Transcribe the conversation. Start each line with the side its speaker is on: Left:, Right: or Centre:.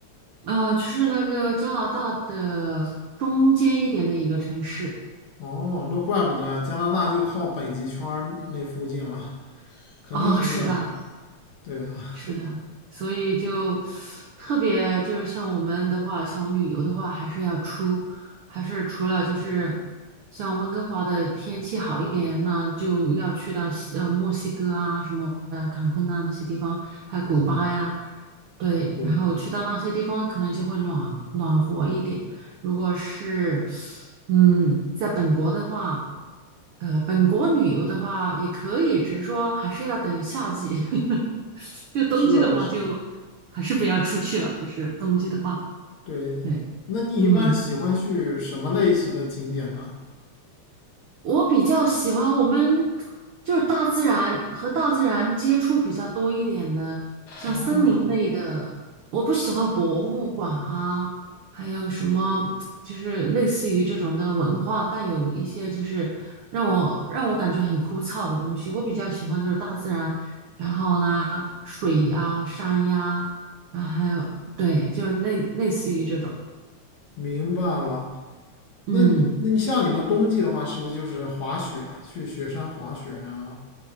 Right: 呃，就是那个加拿大的中间一点的一个城市
Left: 哦，那怪不得呀，加拿大就靠北极圈儿那附近了，肯定很冷。
Right: 啊，是的，
Left: 对啊，
Right: 是的，所以就特别就是像我们的话，想旅游的话，还是要出，还是除了就是像温哥华的天气好一点，那就要去到西呃墨西哥啊什么的坎昆呐、那些地方，还有古巴呀，
Left: 嗯，
Right: 对，
Left: 不放。
Right: 然后去到那些地方可能就会暖暖和一点。如果是嗯在本国的话，呃本国旅游的话也可以，只是说还是要等夏季。<laughs> 就冬季的话就还是不要出去了，
Left: 是啊是啊，
Right: 就是冬季的话，
Left: 对。
Right: 对，
Left: 那你一般喜欢去什么类型的景点呢？
Right: 嗯。我比较喜欢我们就是大自然和大自然接触比较多一点的，像森林类的。
Left: 哦，
Right: 我不喜欢博物馆啊，还有什么就是类似于这种的文化带有一些就是让我让我感觉很枯燥的东西。我比较喜欢就是大自然，然后呢，水呀、山呀，然后还有对，就类类似于这种，
Left: 明白了。
Right: 嗯。
Left: 那你那你像你们冬季的话，是不是就是滑雪，去雪山滑雪啊？